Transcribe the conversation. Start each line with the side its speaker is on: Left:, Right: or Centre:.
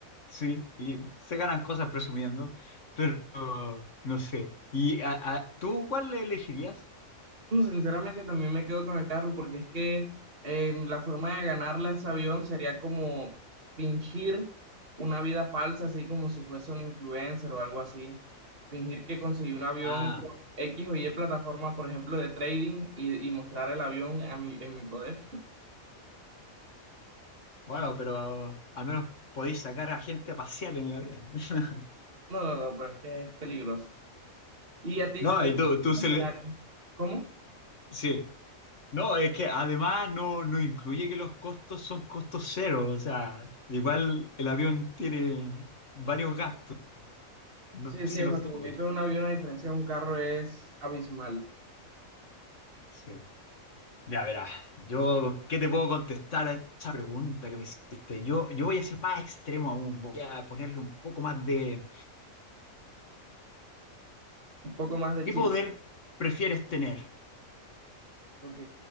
Left: sí, y se ganan cosas presumiendo, pero no sé. ¿Y a, a- tú cuál le elegirías?
Right: No, Sinceramente también me quedo con el carro porque es que eh, la forma de ganarla ese avión sería como fingir una vida falsa, así como si fuese un influencer o algo así. Fingir que conseguí un avión
Left: Ah,
Right: con X o Y plataforma, por ejemplo, de trading y, y mostrar el avión a mi, en mi poder.
Left: bueno, pero al menos podéis sacar a gente a pasear en el avión. <laughs>
Right: No, no, no, pero es que es peligroso. ¿Y a ti
Left: No,
Right: se te
Left: y
Right: presenta
Left: tú, tú
Right: un
Left: se
Right: escenario?
Left: le...
Right: ¿Cómo?
Left: Sí. No, es que además no, no incluye que los costos son costos cero. O sea, igual el avión tiene varios gastos, no
Right: Sí,
Left: así
Right: sí, el
Left: el automóvil.
Right: mantenimiento de un avión a diferencia de un carro es abismal.
Left: Sí. Ya verás, yo, ¿qué te puedo contestar a esa pregunta que me hiciste? Yo, yo voy a ser más extremo aún, voy a ponerle un poco más de...
Right: Un poco más de
Left: ¿Qué
Right: Chile.
Left: poder prefieres tener?
Right: Ok.